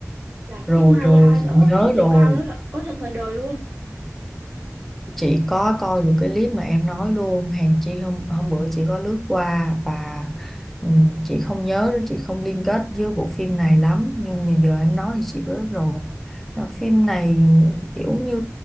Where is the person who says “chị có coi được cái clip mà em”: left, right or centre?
Centre